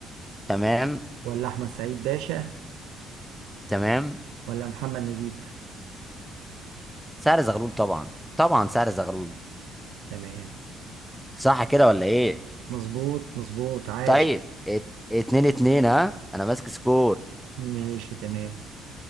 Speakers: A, in the centre; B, on the right.
A: تمام
B: ولا أحمد سعيد باشا
A: تمام
B: ولا محمد نجيب
A: سعر زغلول طبعا طبعا سعر زغلول
B: تمام
A: صح كده ولا ايه
B: مظبوط مظبوط عاش
A: طيب ات... اتنين اتنين ها انا ماسك سكور
B: ماشي تمام